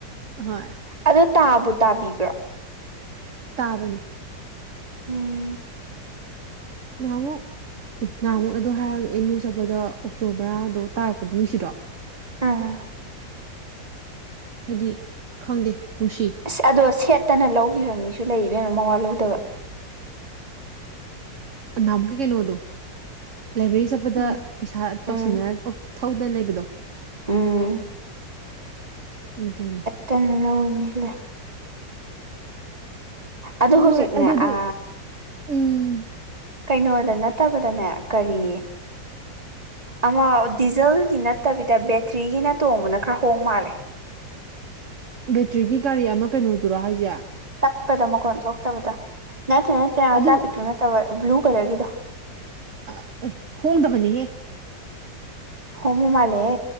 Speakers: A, on the right; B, on the right.
A: ꯑꯍꯣꯏ
B: ꯑꯗꯨ ꯇꯥꯕꯨ ꯇꯥꯕꯤꯕ꯭ꯔꯣ
A: ꯇꯥꯕꯅꯦ
B: ꯎꯝ
A: ꯅꯍꯥꯃꯨꯛ ꯑꯦ ꯅꯍꯥꯃꯨꯛ ꯑꯗꯣ ꯍꯥꯏꯔꯒ ꯑꯦꯝ ꯌꯨ ꯆꯠꯄꯗ ꯑꯣꯛꯇꯣ ꯕꯔꯥꯗꯣ ꯇꯥꯔꯛꯄꯗꯣ ꯅꯨꯡꯁꯤꯗ꯭ꯔꯣ
B: ꯎꯝ
A: ꯍꯥꯏꯗꯤ ꯈꯪꯗꯦ ꯅꯨꯡꯁꯤ
B: ꯑꯁ ꯑꯗꯣ ꯁꯦꯠꯇꯅ ꯂꯧꯒꯤꯕ ꯃꯤꯁꯨ ꯂꯩ ꯏꯕꯦꯝꯃ ꯃꯋꯥ ꯂꯧꯗꯕ
A: ꯑꯥ ꯅꯍꯟꯃꯨꯛꯀꯤ ꯀꯩꯅꯣꯗꯣ ꯂꯥꯏꯕ꯭ꯔꯦꯔꯤ ꯆꯠꯄꯗ
B: ꯎꯝ
A: ꯄꯩꯁꯥ ꯇꯧꯁꯟꯅꯔ
B: ꯎꯝ
A: ꯑꯣꯛ ꯊꯧꯗꯅ ꯂꯩꯕꯗꯣ
B: ꯎꯝ
A: ꯑꯗꯨꯅꯦ
B: ꯇꯟꯅ ꯂꯧꯕ ꯃꯤꯁꯨ ꯂꯩ ꯑꯗꯨ
A: ꯍꯣꯏ
B: ꯍꯧꯖꯤꯛꯅꯦ
A: ꯍꯣꯏ ꯑꯗꯨꯗꯤ
B: ꯑ
A: ꯎꯝ
B: ꯀꯩꯅꯣꯗ ꯅꯠꯇꯕꯗꯅꯦ ꯀꯔꯤ ꯑꯃꯥ ꯗꯤꯖꯜꯒꯤ ꯅꯠꯇꯕꯤꯗ ꯕꯦꯇ꯭ꯔꯤꯒꯤꯅ ꯇꯣꯡꯕꯅ ꯈꯔ ꯍꯣꯡ ꯃꯥꯜꯂꯦ
A: ꯕꯦꯇ꯭ꯔꯤꯒꯤ ꯒꯥꯔꯤ ꯑꯃꯥ ꯀꯩꯅꯣꯗꯨꯔꯣ ꯍꯥꯏꯖ‌ꯦ
B: ꯇꯞꯄꯗ ꯃꯈꯣꯟ ꯊꯣꯛꯇꯕꯗ‌ꯣ ꯅꯠꯇꯔ‌ꯦ ꯅꯠꯇꯦ ꯃꯆꯥ
A: ꯑꯗꯨ
B: ꯄꯤꯠꯇꯨ ꯅꯠꯇꯕ ꯕ꯭ꯂꯨ ꯀꯂꯔꯒꯤꯗꯣ
A: <unintelligible> ꯍꯣꯡꯗꯕꯅꯤꯍꯦ
B: ꯍꯣꯡꯕ ꯃꯥꯜꯂꯦꯍꯦ